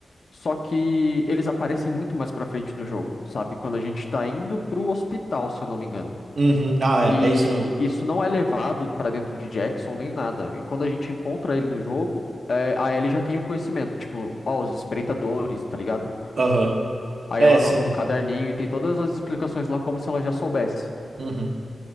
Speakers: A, on the left; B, on the right.
A: só que eles aparecem muito mais pra frente no jogo, sabe? Quando a gente tá indo pro hospital, se eu não me engano.
B: Uhum. Ah, é,
A: E
B: é isso mesmo.
A: isso não é levado pra dentro de Jackson nem nada. E quando a gente encontra ele no jogo, é, a Ellie já tem o conhecimento, tipo, ó, os espreitadores, tá ligado?
B: Aham.
A: Aí
B: É,
A: ela anota
B: sim.
A: no caderninho e tem todas as explicações lá como se ela já soubesse.
B: Uhum.